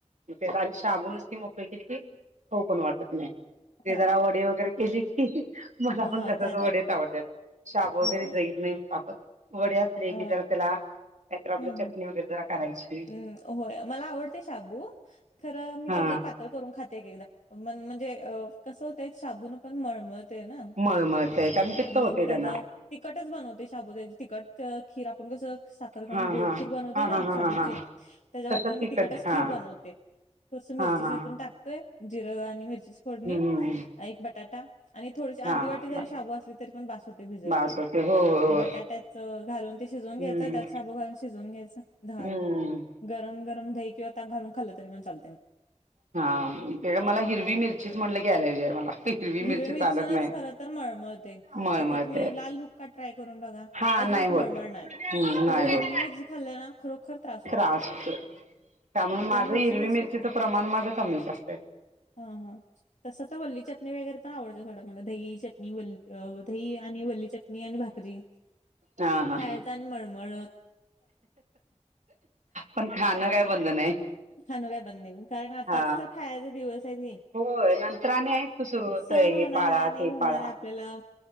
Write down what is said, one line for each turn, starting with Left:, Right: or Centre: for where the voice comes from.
Right: मग तेच आणि शाबू नुस्ती मोकळी केली, की खाऊ पण वाटत नाही. ते
Left: हा
Right: जरा वडे वगैरे केली की. मला पण
Left: हा
Right: तसंच
Left: जाणार
Right: वडेच आवडत्यात, शाबू वगैरे
Left: होय
Right: जाईत नाही. मला पण वडे असती लै
Left: अ
Right: की जरा त्याला, काय तर आपली
Left: हम्म
Right: चटणी
Left: हम्म
Right: जरा करायची.
Left: हम्म होय मला आवडते शाबू खरं मी,
Right: हा
Left: त्याचं पातळ करून खात एकेकदा म्हणजे कसं होतंय. शाबून पण मळमळ ते ना,
Right: मळमळतय कारण पित्त
Left: मग
Right: होतय
Left: मी त्याचं.
Right: त्यांन
Left: तिखटच बनवते शाबुदाची तिकखट खीर आपण कसं साखर घालून
Right: हा
Left: गोडखीर
Right: हा
Left: बनवते
Right: हा
Left: ना
Right: हा हा
Left: शाबूची
Right: हा हा
Left: त्याच्या वाटनीची
Right: तस
Left: मी
Right: तिकट
Left: तिकटच
Right: हा
Left: खीर बनवते. थोडस मिरची
Right: हा
Left: चेचून
Right: हा
Left: टाकतोय जिरं आणि मिरचीच फोडणी
Right: हम्म
Left: एक बटाटा आणि थोडीशी अर्धी
Right: हा
Left: वाटी जरी
Right: बस
Left: शाबू असली तरी पण बस होते भिजवलेली.
Right: बास होते हो हो
Left: बटाट्याच घालून ते शिजवून
Right: हम्म
Left: घ्यायचं त्यात, शाबू घालून शिजवून घ्यायचं झालं,
Right: हम्म
Left: गरम गरम दही किंवा ताक घालून खाल्लं तरी पण चालते ना.
Right: हा ते मला हिरवी मिरची म्हटलं की एलर्जी हाय मला. हिरवी
Left: हिरव्या मिरची
Right: चालत
Left: नच
Right: नाही.
Left: खर तर मळमळते
Right: मळमळतय
Left: आता तुम्ही लाल बुक्का ट्राय करून बघा.
Right: हा
Left: अजिबात
Right: नाही
Left: मळमळ
Right: होत
Left: नाही
Right: हम्म नाही
Left: खरं
Right: होत
Left: हिरवी मिरची खाल्ली ना खरोखर त्रा
Right: त्रास होतोय, त्यामुळे माझं
Left: मिरचीनच
Right: हिरवी मिरचीचं प्रमाण माझं कमीच असतं.
Left: हा हा तस तर वल्ली चटणी वगैरे पण आवडते थोडा मला दही चटणी वल्ली. अ दही आणि वल्ली चटणी आणि भाकरी.
Right: हा हा
Left: खायचं आणि मळमळ,
Right: पण खाणं काय बंद नाही.
Left: खाण काय बंद नाही, कारण आताच
Right: हा
Left: तर खायचे दिवस आहेत.
Right: होय नंतर आणि आहेच क सुरू होतय
Left: सण होणार
Right: हे पाळा
Left: आहे नाही
Right: ते
Left: होणार
Right: पाळा.
Left: आहे आपल्याला